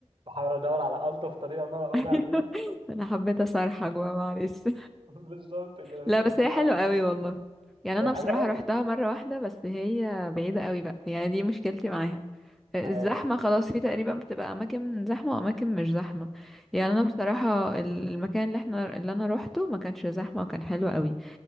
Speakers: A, on the right; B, in the centre.
A: بحاول أدور على ألطف طريقة إن أنا أقولها
B: <laughs>
A: بيها
B: ايوه انا حبيت اصرحك بقى معلش
A: <laughs> بالظبط كده
B: لا
A: بس
B: بس
A: هي دي
B: هي
A: الحقيقة
B: حلوة قوي والله يعني انا
A: هي حلوة
B: بصراحة
A: أوي
B: روحتها مرة واحدة بس هي بعيدة قوي بقى يعني دي مشكلتي معاها الزحمة
A: أيوه
B: خلاص في تقريبا بتبقى أماكن زحمة وأماكن مش زحمة يعني أنا <laughs> بصراحة ال- المكان اللي احنا اللي أنا روحته ما كانش زحمة وكان حلو قوي